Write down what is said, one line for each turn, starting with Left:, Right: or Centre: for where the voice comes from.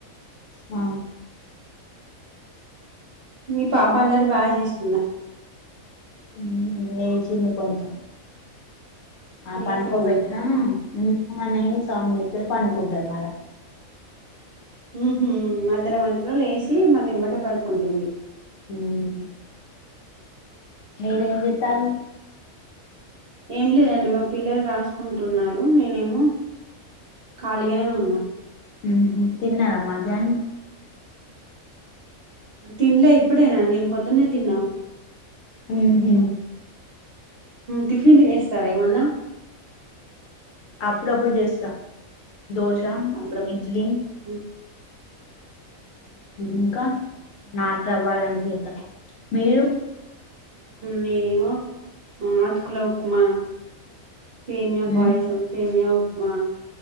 Left: ఆ
Right: మీ పాపా అల్లరి బాగా చేస్తూ
Left: <unintelligible> చిన్న పంచ ఆ
Right: లేసిందా
Left: పనుకోబెట్టిన ఆ ఆ హ్మ్ అని సౌండ్ చేత్తే పడుకుంటది మళ్ళా
Right: ఉహు మధ్యలో మధ్యలో లేచి మళ్ళీ ఇమ్మటే పడుకుంటుంది
Left: హ్మ్ మీరు ఏం చేత్తారు
Right: ఏం లేదండి మా పిల్లలు రాసుకుంటున్నారు నేనేమో ఖాళీగానే ఉన్నా.
Left: హ్మ్ తిన్నార మధ్యాహ్నం
Right: తింలే ఇప్పుడేనాండి పొద్దున్నే తిన్నాం
Left: హ హ
Right: టిఫిన్లు చేస్తారా ఏమన్నా
Left: అప్పుడు అప్పుడు చేస్తా దోశ
Right: అప్పుడ
Left: ఇడ్లీ
Right: మ్,
Left: ఇంకా నాట్ రావవ్వాలని చేత మీరు
Right: ననేమో అటుకుల ఉప్మా సేమయా
Left: ఉమ్
Right: పయసం సేమయా మా